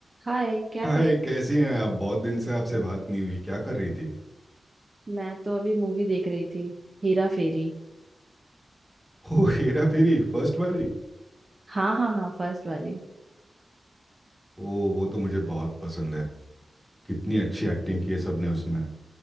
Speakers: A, on the right (about 30°); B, in the centre.
A: हाय क्या
B: हाय
A: कर
B: कैसी हैं आप बहुत दिन से आपसे बात नहीं हुई क्या कर रही थी
A: मैं तो अभी मूवी देख रही थी हेरा फेरी
B: <laughs> ओ हेरा फेरी फर्स्ट वाली
A: हाँ हाँ हाँ फर्स्ट वाली
B: ओ वो तो मुझे बहुत पसंद है कितनी अच्छी एक्टिंग की है सबने उसमें